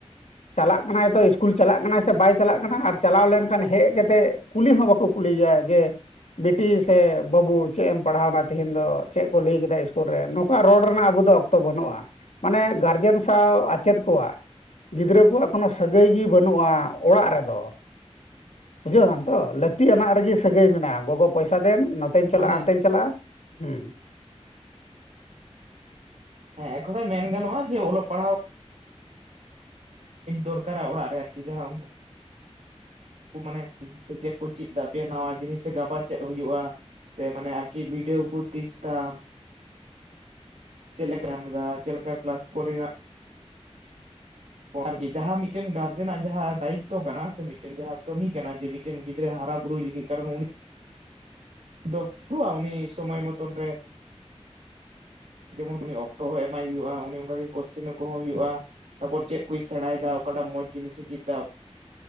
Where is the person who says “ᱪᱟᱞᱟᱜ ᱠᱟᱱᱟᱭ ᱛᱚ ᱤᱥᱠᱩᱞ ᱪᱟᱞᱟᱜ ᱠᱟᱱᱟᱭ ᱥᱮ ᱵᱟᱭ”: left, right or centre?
Left